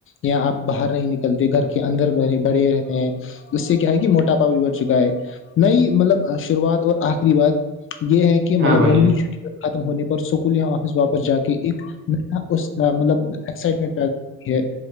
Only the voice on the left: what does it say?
یااں آپ باہر نہیں نکلتے گھر کے اندرے بڑے رہتے ہیں اس سے کیا ہے کہ موٹاپا بھی بڑھ چکا ہے نئی مطلب شروعات اور آخری بات یہ ہے کہ مطلب
لمبی
چھٹی ختم ہونے پہ سکول یا آفس واپس جا کے ایک اس مطلب ایکسائٹمنٹ پ ہے